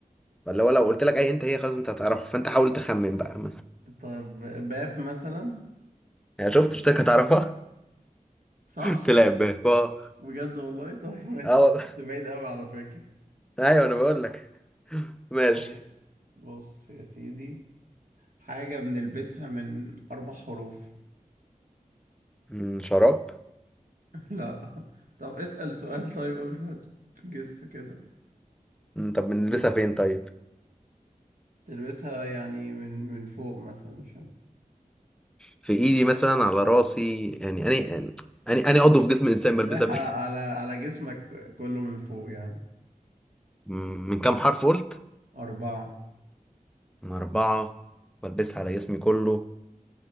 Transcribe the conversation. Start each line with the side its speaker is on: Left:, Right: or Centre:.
Centre: فاللي هو لو قلت لك أي هنت هي خلاص أنت هتعرفها فأنت حاول تخمن بقى مثلا
Right: طب باب مثلا
Centre: يعني شفت قلت لك هتعرفها
Right: صح
Centre: <laughs> تلعب بيها
Right: بجد والله طيب <laughs> ماشي
Centre: اه والله
Right: ده بعيد أوي على فكرة
Centre: أيوه أنا بقول لك ماشي
Right: طيب بص يا سيدي حاجة بنلبسها من أربع حروف
Centre: مم، شراب
Right: <laughs> لا طب اسأل سؤال طيب قبل ما تجس كده
Centre: مم، طب بنلبسها فين طيب
Right: تلبسها يعني من من فوق مثلا مش عارف.
Centre: في إيدي مثلا على راسي يعني أني أني أني عضو في جسم الإنسان
Right: لا
Centre: بلبسها فين
Right: على
Centre: <laughs>
Right: على جسمك كله من فوق يعني
Centre: مم، من كام حرف قلت
Right: أربعة
Centre: من أربعة بلبسها على جسمي كله